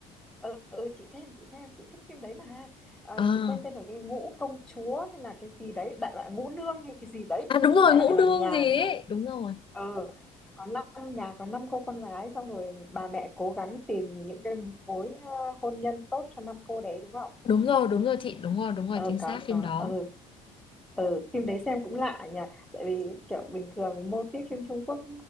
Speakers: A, in the centre; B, on the left.
A: ừ, ừ chị xem chị xem chị thích phim đấy mà à,
B: À,
A: chị quên tên rồi cái ngũ công chúa hay là cái gì đấy đại loại ngũ nương hay cái gì đấy
B: À đúng rồi,
A: đại
B: Ngũ
A: loại là
B: Nương
A: nhà
B: gì ấy. Đúng rồi.
A: ờ có năm nhà có năm cô con gái xong rồi bà mẹ cố gắng tìm những cái mối ờ, hôn nhân tốt cho năm cô đấy đúng không
B: Đúng rồi, đúng rồi chị, đúng rồi, đúng rồi,
A: ờ
B: chính xác
A: có
B: phim
A: có
B: đó.
A: ờ ờ phim đấy xem cũng lạ nhỉ tại vì kiểu bình thường mô típ phim Trung Quốc